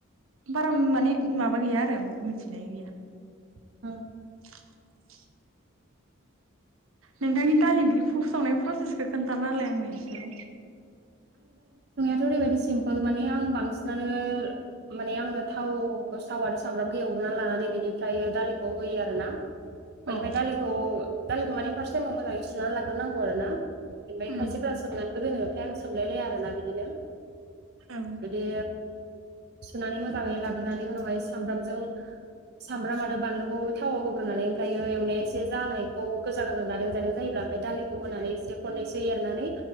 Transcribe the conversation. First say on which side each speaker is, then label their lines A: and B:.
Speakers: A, on the right; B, on the right.
A: बारा माने माबा गैया आरो मिथिनाय गैया।
B: <inaudible>
A: <inaudible> नोंथांनि दालि ओंख्रि फ संनायनि प्रसेसखौ खोन्थाना होलाय आंनो एसे।
B: थ' ओरैबायदि सिमपोल माने आं बांसिनानो माने आङो थाव बा साव आरो सामब्रामखो एव ग्रोना लानानै बेनिफ्रायो दालिखौ होयो आरोना। बेनिफ्राय
A: औ
B: दालिखौ दालिखौ माने फार्स्ट टाइमाव मोजाङै सुनानै लागोरनांगौ आरोना। ओमफ्राय
A: उम
B: खायसेफोरा सोमनानैबो दोनो ओमफाय आं सोमलायलाया आरोना बिदिनो।
A: औ
B: बिदि सुनानै मोजाङै लाग्रोनानै उनावहाय सामब्रामजों सामब्राम आरो बानलुखौ थावाव होग्रोनानै ओमफ्रायो एवनाया एसे जानायखौ गोजा गोजा जारें जारें जायोब्ला ओमफाय दालिखौ होनानै एसे खननैसो एरनानै